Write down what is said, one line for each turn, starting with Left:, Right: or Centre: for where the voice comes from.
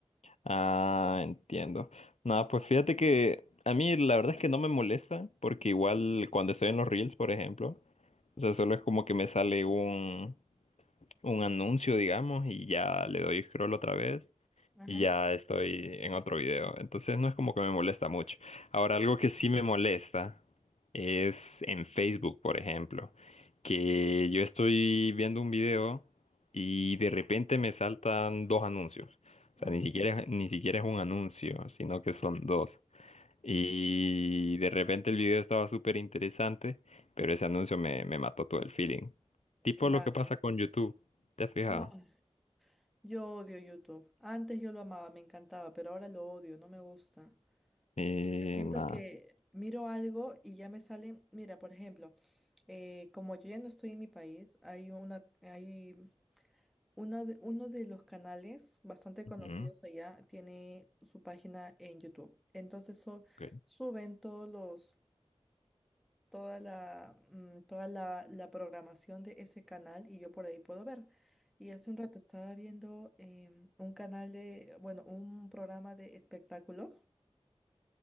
Left: Ah, entiendo. Nada, pues fíjate que a mí la verdad es que no me molesta, porque igual cuando estoy en los Reels, por ejemplo, o sea, solo es como que me sale un, un anuncio, digamos, y ya le doy scroll otra vez.
Centre: Ajá,
Left: y ya estoy en otro video. Entonces no es como que me molesta mucho. Ahora, algo que sí me molesta es en Facebook, por ejemplo, que yo estoy viendo un video y de repente me saltan dos anuncios. O sea,
Centre: ah,
Left: ni siquiera, es- ni siquiera
Centre: sí,
Left: es un anuncio, sino que son dos. Y de repente el video estaba súper interesante, pero ese anuncio me, me mató todo el feeling. Tipo
Centre: claro.
Left: lo que pasa con YouTube, ¿te has fijado?
Centre: Ah. Yo odio YouTube. Antes yo lo amaba, me encantaba, pero ahora lo odio, no me gusta.
Left: Eh,
Centre: Porque Siento
Left: nada.
Centre: Mm. que miro algo y ya me salen, mira, por ejemplo, eh, como yo ya no estoy en mi país, hay una, hay una de- uno de los canales bastante conocidos
Left: Ujú,
Centre: allá tiene su página en YouTube. Entonces so-
Left: ok.
Centre: suben todos los toda la, mm, toda la, la programación de ese canal y yo por ahí puedo ver. Y hace un rato estaba viendo em, un canal de, bueno, un programa de espectáculos